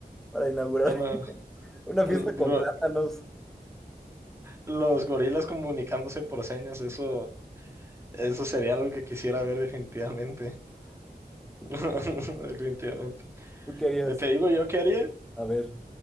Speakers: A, in the centre; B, on the right.
A: para inaugurar
B: Bueno,
A: <laughs> una
B: el
A: fiesta con
B: go-
A: plátanos.
B: los gorilas comunicándose por señas, eso, eso sería algo que quisiera ver definitivamente. <laughs> Definitivamente.
A: ¿Tú qué harías?
B: Eh, Te digo yo qué haría.
A: A ver.